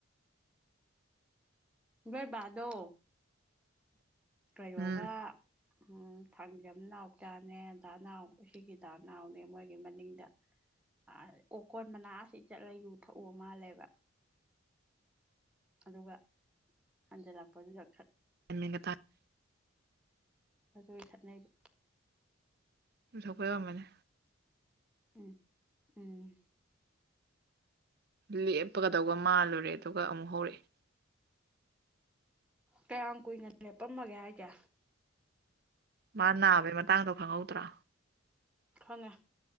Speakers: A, in the centre; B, on the right (about 50°).
A: ꯏꯚꯥꯏ ꯗꯣ ꯀꯌꯣꯒ
B: ꯎꯝ
A: ꯎꯝ ꯐꯪꯖꯝ ꯅꯥꯎꯆꯥꯅꯦ ꯗꯥꯅꯥꯎ ꯑꯁꯤꯒꯤꯗ ꯅꯥꯎꯅꯦ ꯃꯣꯏꯒꯤ ꯃꯅꯤꯡꯗ ꯑꯣꯀꯣꯟ ꯃꯅꯥ ꯑꯁꯤ ꯆꯠꯂ ꯌꯨ ꯊꯛꯎ ꯃꯥꯜꯂꯦꯕ
B: <inaudible>
A: ꯑꯗꯨꯒ ꯍꯟꯖꯜꯂꯛꯄꯗꯨꯗꯠ
B: <inaudible>
A: ꯑꯗꯨ ꯈꯠꯅꯩꯔꯤꯕ
B: ꯊꯄꯕ ꯃꯅꯤ
A: ꯎꯝ ꯎꯝ
B: ꯂꯦꯞꯄꯒꯗꯧꯕ ꯃꯥꯜꯂꯨꯔꯦ ꯑꯗꯨꯒ ꯑꯃꯨꯛ ꯍꯧꯔꯛꯑꯦ
A: ꯀꯌꯥꯝ ꯀꯨꯏꯅ ꯂꯦꯞꯄꯝꯃꯒꯦ ꯍꯥꯏꯒꯦ
B: ꯃꯥ ꯅꯥꯕꯒꯤ ꯃꯇꯥꯡꯗꯣ ꯈꯪꯍꯧꯗ꯭ꯔꯥ
A: ꯈꯪꯉꯦ